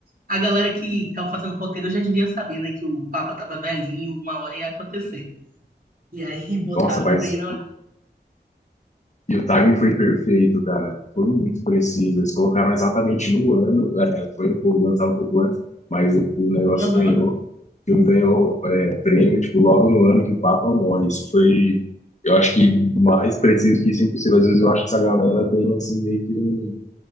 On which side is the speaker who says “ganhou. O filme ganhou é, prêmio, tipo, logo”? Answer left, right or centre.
Left